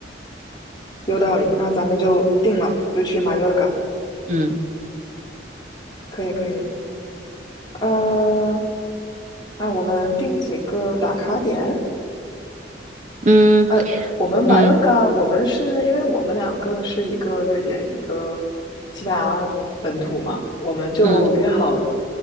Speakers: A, on the left (about 25°); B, on the right (about 40°).
A: 有道理。那咱们就定了，就去马约尔嘎。
B: 嗯
A: 可以，可以。呃，那我们定几个打卡点？
B: 嗯
A: 呃，我们马约尔嘎，
B: 嗯
A: 我们是因为我们两个是一个瑞典，一个西班牙本土嘛，我们就约好
B: 嗯，